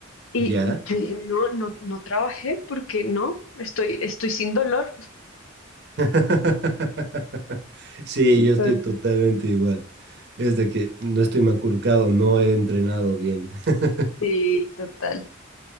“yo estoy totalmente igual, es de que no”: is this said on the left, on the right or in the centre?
Right